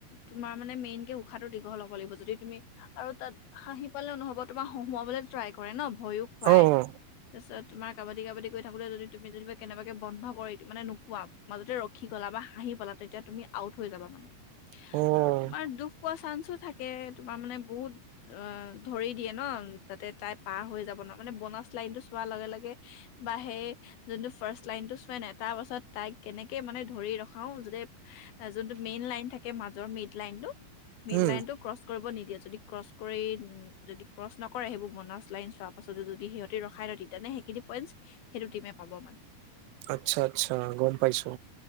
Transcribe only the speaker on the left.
তোমাৰ মানে মেইন কে উশাহটো দীঘল হব লাগিব যদি তুমি আৰু তাত হাঁহি পালেও নহব তোমাৰ হুৱাবলে ট্ৰাই কৰে ন ভয়ো খুৱাই
তাৰপিছত তোমাৰ কাবাডী কাবাডী গৈ থাকোতে যদি তুমি যেনিবা কেনেবাকে বন্ধ কৰি মানে নোপোৱা মাজতে ৰখি গলা হাঁহি পলা তেতিয়া তুমি আউট হৈ যাবা মানে
আৰু তোমাৰ দুখ পোৱা চাঞ্চ থাকে তোমাৰ মানে বহুত অ ধৰি দিয়ে ন যাতে তাই পাৰ হৈ যাব ন মানে বনাচ লাইন টো চোৱাৰ লগে লগে বা সেই যোনটো ফাৰ্ষ্ট লাইন টো চোৱ নাই তাৰ পাছত তাইক কেনেকে মানে ধৰি ৰখাও য যোনটো মেইন লাইন থাকে মাজৰ মেইড লাইনতটো মিড
লাইন টো ক্ৰচ কৰিব নি যদি ক্ৰচ কৰি যদি ক্ৰচ নকৰে সেইবোৰ বন লাইন চোৱাৰ পাছত যদি সিহঁতে ৰখাই লই‌ তেতিয়াহলে সেইখিনি পইন্ট সেইটো টিমে পাব মানে পাব মানে